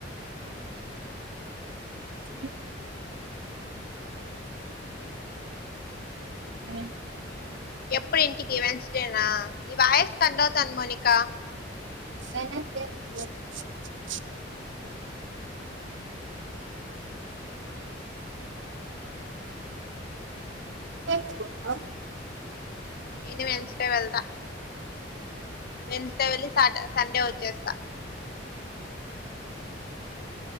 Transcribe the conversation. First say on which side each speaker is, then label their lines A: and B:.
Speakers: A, on the right (about 75°); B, on the left (about 55°).
A: హ అ
B: ఎప్పుడు ఇంటికి వెన్స్డేనా నీ వాయస్ కట్ అవుతాంది మౌనికా
A: వెడ్నెస్డే నే పోదాం అనుకుంటున్న రేపే పోతవా
B: నేను వెడ్నెస్డే వెళ్తా వెన్స్డే వెళ్లి సాట్ సండే వచ్చేస్తా